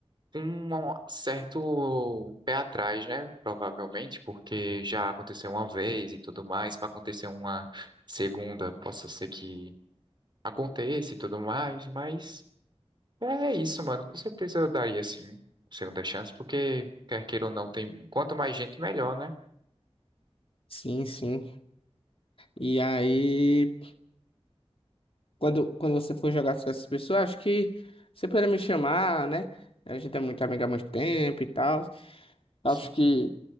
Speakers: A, on the right; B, on the left.
A: um certo pé atrás, né? Provavelmente, porque já aconteceu uma vez e tudo mais, para acontecer uma segunda, possa ser que aconteça e tudo mais, mas é isso, mano. Com certeza eu daria assim, uma segunda chance, porque quer queira ou não, tem quanto mais gente, melhor, né?
B: Sim, sim. E aí, quando, quando você for jogar com essas pessoas, acho que você poderia me chamar, né? A gente é muito amigo há muito tempo e tal. Acho
A: Sim,
B: que
A: sim.